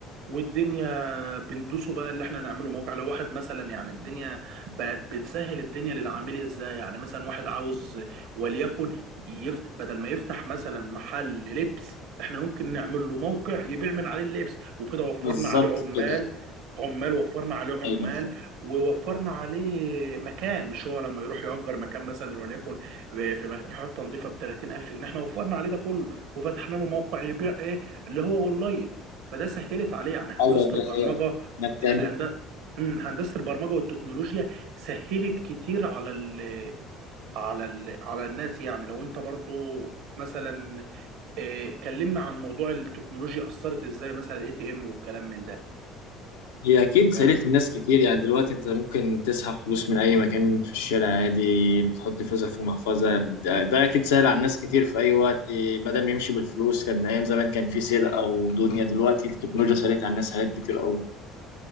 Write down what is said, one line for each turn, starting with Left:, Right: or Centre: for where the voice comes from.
Right: والدنيا بندوسه بقى اللي احنا نعمله موقع لو واحد مثلا يعني الدنيا بقت بنسهل الدنيا للعميل ازاي يعني مثلا واحد عاوز وليكن يفت... بدل ما يفتح مثلا محل لبس احنا ممكن نعمل له موقع يبيع من عليه اللبس وكده وفرنا
Left: بالظبط
Right: عليه عمال
Left: كده
Right: عمال وفرنا عليه عمال
Left: ايوه
Right: ووفرنا عليه مكان مش هو لما يروح يأجر مكان مثلا وليكن في في حته نظيفه ب 30000 جنيه احنا وفرنا عليه ده كله وفتحنا له موقع يبيع ايه اللي هو اونلاين فده سهلت عليه يعني هندسه
Left: ايوه دي
Right: البرمجه
Left: حقيقة انك تعمل
Right: هند... مم، هندسه البرمجه والتكنولوجيا سهلت كتير على ال... على ال... على الناس يعني لو انت برضو مثلا آه، كلمنا عن موضوع التكنولوجيا اثرت ازاي مثلا الاي تي ام والكلام من ده
Left: هي اكيد
Right: فاهم
Left: سالت الناس كتير يعني دلوقتي انت ممكن تسحب فلوس من اي مكان في الشارع عادي بتحط فلوسك في محفظة ده, ده اكيد سهل على الناس كتير في اي وقت بدل ما يمشي بالفلوس كان ايام زمان كان في سرقة او دنيا دلوقتي التكنولوجيا سالت على الناس حاجات كتير قوي